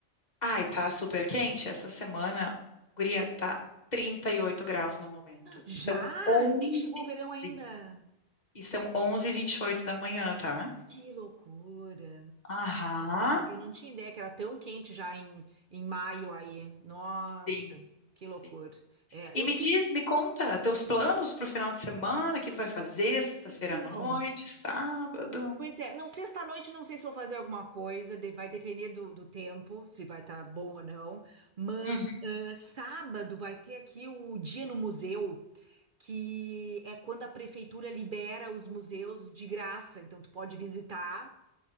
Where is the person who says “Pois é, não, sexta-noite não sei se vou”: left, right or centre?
Right